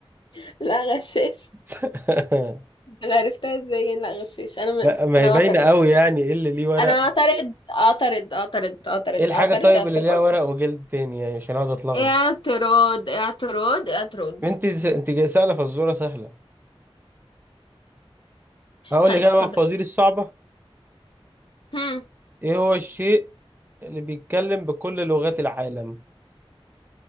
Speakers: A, on the left; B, on the right.
A: <laughs> لا غشيش
B: <laughs>
A: انا عرفتها ازاي لا غشيش انا م...
B: لا ما
A: انا
B: هي باينة
A: اعترض
B: قوي يعني ايه اللي ليه ورق
A: انا اعترض اعترض اعترض اعترض
B: ايه الحاجة
A: اعترض
B: طيب
A: اعتراض
B: اللي ليها ورق وجلد تاني يعني عشان اقعد اتلخبط
A: اعتراض اعتراض اعتراض
B: انت انت جاي سهلة فالزورة سهلة هقول
A: طيب
B: لك انا
A: اتفضل
B: بقى الفوازير الصعبة
A: هم.
B: ايه هو الشيء اللي بيتكلم بكل لغات العالم